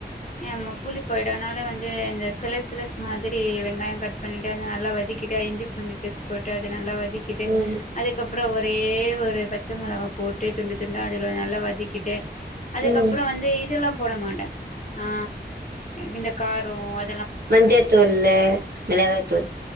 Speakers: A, on the left; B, on the right.
A: யாமா புளி ஆயிடு அதனால வந்து இந்த சிலர் சிலஸ் மாதிரி வெங்காயோ கட் பண்ணிட்டு அத நல்லா வதக்கிட்டு அரிஞ்சி புஞ்சி பேஸ்ட் போட்டு அது நல்லா வ திக்கிட்டு
B: ம்
A: அதுக்கப்புறோ ஒ ஒரே ஒரு பச்ச மொளகா போட்டு துண்டு துண்டு அதல நல்லா வதக்கிட்டு அதுக்கப்புறோ
B: ம்
A: வந்து இதல்லாம் போட மாட்டே ஆ இந்த காரோ அ
B: மஞ்சதூள்ளே மெளகாய்தூள்